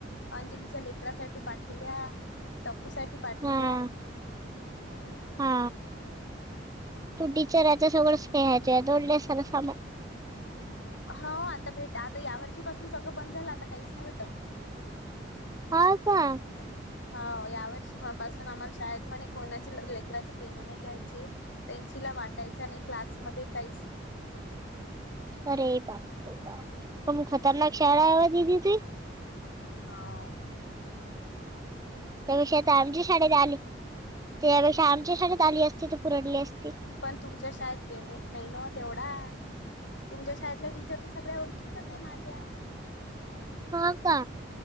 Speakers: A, on the left; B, on the right.
A: अंजलीच्या लेकरासाठी बाठल्या. टप्पू साठी पाठवल्या
B: हा
A: हम्म.
B: हा तू टिचरच्या सोच पिहायचे दड स समा.
A: हा, आता भेट आता या, वर्षीपासून सगळं बंद झालं आता काहीच नाही भेटत.
B: हा का.
A: हा या वर्षी पासून आम्हाला, शाळेत म्हणे कोणाचे लेकराची पेन नाही घ्यायचे. पेन्सिला वाटायच्या नाही क्लासमध्ये काहीच नाही.
B: अरे बाप रे बाप तुम्ही, खतरनाक शाळा आहे दीदी ती.
A: हाव.
B: त्यापेक्षा आता आमची शाळेत आली त्या, त्यापेक्षा आमची शाळेत आली असती त पुरडली असती.
A: पण तुमच्या शाळेत पेमेंट नाही न तेवढा, तुमच्या शाळेतला टीचर तर सगळ्या ओळखी ठीक आहेच माझं.
B: हो का.